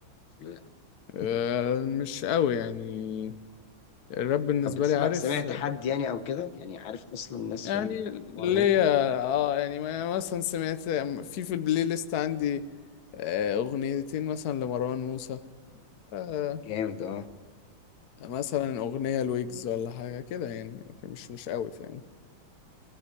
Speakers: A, on the left; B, on the left.
A: لا؟
B: آه مش قوي يعني الراب بالنسبه
A: طب بتسمع
B: لي عارف
A: سمعت حد يعني او كده يعني عارف اصلا الناس
B: يعني
A: في الحوار
B: ليا
A: الراب
B: اه يعني ما- مثلا سمعت في في البلاي ليست عندي آه، اغنيتين مثلا لمروان موسى آه
A: جامد اه
B: مثلا أغنية لويجز ولا حاجة كده يعني لكن مش مش قوي فاهم